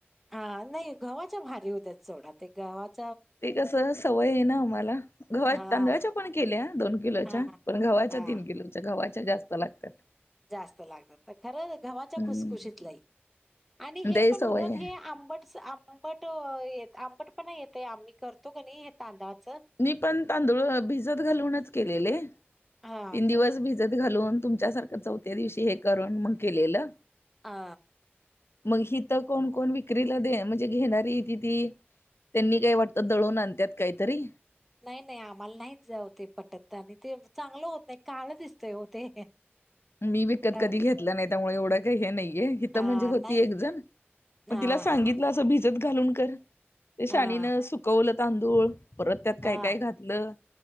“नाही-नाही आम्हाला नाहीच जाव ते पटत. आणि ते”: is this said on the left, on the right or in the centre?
Centre